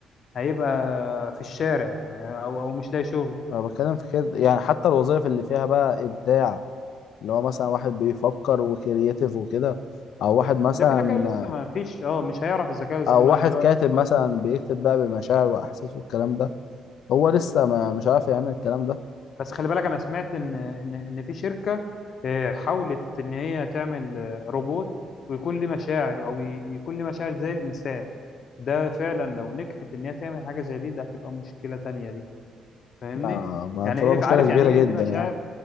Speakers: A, on the left; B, on the left.
A: هيبقى في الشارع يعني او او مش لاقي شغل
B: انا بتكلم في كده يعني حتى الوظائف اللي فيها بقى ابداع اللي هو مثلا واحد بيفكر وكرياتيف وكده او واحد مثلا
A: ده كده كده لسه ما فيش اه مش هيعرف الذكاء الاصطناعي
B: او واحد
A: دلوقتي
B: كاتب
A: خالص
B: مثلا بيكتب بقى بمشاعر واحاسيس والكلام ده هو لسه ما مش عارف يعمل الكلام ده
A: بس خلي بالك انا سمعت ان ان ان في شركة آه، حاولت ان هي تعمل آه، روبوت ويكون له مشاعر او ي- يكون له مشاعر زي الانسان ده فعلا لو نجحت ان هي تعمل حاجة زي دي ده هتبقى مشكلة تانية دي فاهمني
B: ما ما
A: يعني
B: تبقى
A: ايه
B: مشكلة
A: عارف
B: كبيرة
A: يعني ايه
B: جدا
A: ليه مشاعر
B: يعني